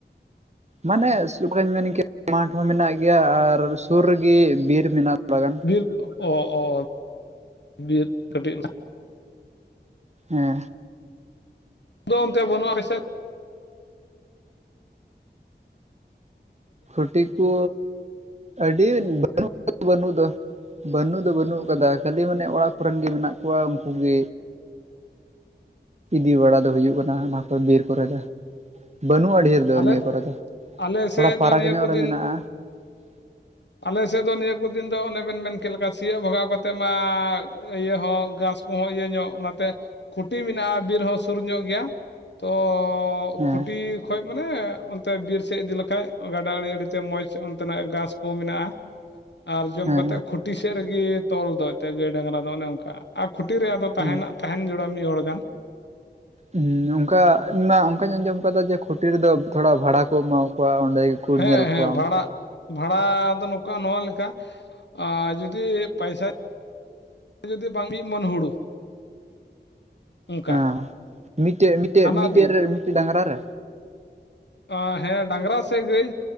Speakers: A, on the right; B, on the left.
A: ᱢᱟᱱᱮ <unintelligible> ᱢᱟᱴ ᱦᱚᱸ ᱢᱮᱱᱟᱜ ᱜᱮᱭᱟ ᱟᱨ ᱥᱩᱨ ᱨᱮᱜᱮ ᱵᱤᱨ ᱢᱮᱱᱟᱜᱼᱟ ᱛᱷᱚᱲᱟ ᱜᱟᱱ ᱾
B: ᱵᱤᱨ ᱚ ᱚ ᱵᱤᱨ ᱠᱟᱹᱴᱤᱡ <unintelligible>
A: ᱦᱮᱸ ᱾
B: ᱫᱚ ᱚᱱᱛᱮ ᱵᱟᱱᱩᱜ-ᱟ ᱟᱯᱮ ᱥᱮᱫ?
A: ᱠᱷᱩᱴᱤ ᱠᱚ ᱟᱹᱰᱤ
B: ᱟᱹᱰᱤ
A: ᱵᱟᱹᱱᱩᱜ ᱫᱚ ᱵᱟᱹᱱᱩᱜ ᱫᱚ ᱵᱟᱹᱱᱩᱜ ᱟᱠᱟᱫᱟ ᱠᱷᱟᱹᱞᱤ ᱢᱟᱱᱮ ᱚᱲᱟᱜ ᱠᱚᱨᱮᱱ ᱜᱮ ᱢᱮᱱᱟᱜ ᱠᱚᱣᱟ ᱩᱱᱠᱩᱜ ᱜᱮ ᱤᱫᱤ ᱵᱟᱲᱟ ᱫᱚ ᱦᱩᱭᱩᱜ ᱠᱟᱱᱟ ᱚᱱᱟ ᱠᱚ ᱵᱤᱨ ᱠᱚᱨᱮ ᱫᱚ ᱵᱟᱹᱱᱩᱜᱼᱟ ᱰᱷᱮᱨ ᱫᱚ
B: ᱟᱞᱮ,
A: ᱱᱤᱭᱟᱹ ᱠᱚᱨᱮ ᱫᱚ
B: ᱟᱞᱮ
A: ᱛᱷᱚᱲᱟ
B: ᱥᱮᱫ
A: ᱯᱷᱟᱨᱟᱠ
B: ᱫᱚ ᱱᱤᱭᱟᱹ
A: ᱧᱚᱜ
B: ᱠᱚ
A: ᱨᱮ
B: ᱫᱤᱱ
A: <unintelligible>
B: ᱟᱞᱮ ᱥᱮᱫ ᱫᱚ ᱱᱤᱭᱟᱹ ᱠᱚ ᱫᱤᱱ ᱫᱚ ᱚᱱᱮ ᱵᱮᱱ ᱢᱮᱱ ᱠᱮᱫ ᱞᱮᱠᱟ ᱥᱤᱭᱳᱜ ᱵᱷᱟᱜᱟᱣ ᱠᱟᱛᱮᱫ ᱢᱟ ᱤᱭᱟᱹ ᱦᱚᱸ ᱜᱷᱟᱥ ᱠᱚᱦᱚᱸ ᱤᱭᱟᱹ ᱧᱚᱜ ᱚᱱᱟᱛᱮ ᱠᱷᱩᱴᱤ ᱢᱮᱱᱟᱜᱼᱟ ᱵᱤᱨ ᱦᱚᱸ ᱥᱩᱨ ᱧᱚᱜ ᱜᱮᱭᱟ᱾ ᱛᱚ
A: ᱦᱮᱸ
B: ᱠᱷᱩᱴᱤ ᱠᱷᱚᱡ ᱢᱟᱱᱮ ᱚᱱᱛᱮ ᱵᱤᱨ ᱥᱮᱫ ᱤᱫᱤ ᱞᱮᱠᱷᱟᱡ ᱜᱟᱰᱟ ᱟᱲᱮ ᱟᱲᱛᱮ ᱢᱚᱡᱽ ᱚᱱᱛᱮᱱᱟᱜ ᱜᱷᱟᱥ ᱠᱚ ᱢᱮᱱᱟᱜᱼᱟ᱾
A: <inaudible>
B: ᱟᱨ ᱡᱚᱢ
A: ᱦᱮᱸ
B: ᱠᱟᱛᱮᱫ ᱠᱷᱩᱴᱤ ᱥᱮᱫ ᱨᱮᱜᱮ ᱛᱚᱞ ᱫᱚ ᱮᱱᱛᱮ ᱜᱟᱹᱭ ᱰᱟᱝᱨᱟ ᱫᱚ ᱚᱱᱮ ᱚᱱᱠᱟ ᱟᱨ ᱠᱷᱩᱴᱤ ᱨᱮ ᱟᱫᱚ
A: ᱦᱮᱸ
B: ᱛᱟᱦᱮᱱᱟ᱾ ᱛᱟᱦᱮᱱ ᱡᱚᱲᱼᱟ ᱢᱤᱫ ᱦᱚᱲ ᱜᱟᱱ᱾
A: ᱩᱸ ᱚᱱᱠᱟ ᱤᱧ ᱢᱟ ᱚᱱᱠᱟᱧ ᱟᱸᱡᱚᱢ ᱟᱠᱟᱫᱟ ᱡᱮ ᱠᱷᱩᱴᱤ ᱨᱮᱫᱚ ᱛᱷᱚᱲᱟ ᱵᱷᱟᱲᱟ ᱠᱚ ᱮᱢᱟᱠᱚᱣᱟ ᱚᱸᱰᱮ ᱜᱮᱠᱚ
B: ᱦᱮᱸ
A: ᱧᱮᱞ
B: ᱦᱮᱸ
A: ᱠᱚᱣᱟ
B: ᱵᱷᱟᱲᱟ
A: ᱚᱱᱠᱟ
B: ᱵᱷᱟᱲᱟ ᱫᱚ ᱱᱚᱝᱠᱟ ᱱᱚᱣᱟ ᱞᱮᱠᱟ, ᱟᱸ ᱡᱩᱫᱤ ᱯᱟᱭᱥᱟ ᱡᱩᱫᱤ ᱵᱟᱝ <inaudible> ᱢᱤᱫ ᱢᱚᱱ ᱦᱩᱲᱩ᱾ ᱚᱱᱠᱟ
A: ᱚᱸ ᱢᱤᱫᱴᱮᱡ ᱢᱤᱫᱴᱮᱡ
B: ᱦᱟᱱᱟ
A: ᱢᱤᱫᱴᱮᱡ
B: ᱫᱤᱱ
A: ᱨᱮ ᱢᱤᱫᱴᱮᱡ ᱰᱟᱝᱨᱟ ᱨᱮ?
B: ᱚ ᱦᱮᱸ ᱰᱟᱝᱨᱟ ᱥᱮᱡ ᱜᱟᱹᱭ,